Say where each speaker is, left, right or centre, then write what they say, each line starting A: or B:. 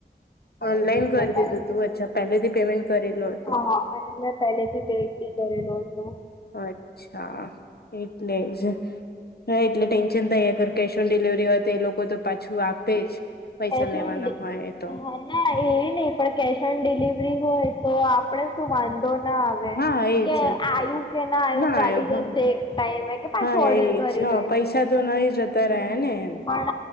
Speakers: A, on the left; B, on the left.
A: અને
B: ઓનલાઈન
A: રિફંડ
B: કરી દીધું
A: આવ્યો
B: તું અચ્છા પેલેથી પેમેન્ટ કરેલું હતું
A: હા અને મેં પહેલેથી પેી કરેલું હતું.
B: અચ્છા એટલે જ હા એટલે ટેન્શન થાય અગર કેશ ઓન ડિલિવરી હોય તો એ લોકો તો પાછું આપે જ પૈસા
A: કેશ
B: લેવાના
A: ઓન ડી
B: હોય એ તો
A: ના એ નહ પણ કેશ ઓન ડિલિવરી હોય તો આપડે શું વાંધ ના આવે
B: હા એજ
A: કે આવ્યું કે ના આવું
B: ના
A: ચાલી જશે એક ટાઈમે પાછો
B: હા
A: ઓર્ડર
B: એજ
A: કરી
B: હા
A: દઈ
B: પૈસા
A: છે.
B: તો નહી જતા રહ્યા ને એમ
A: આ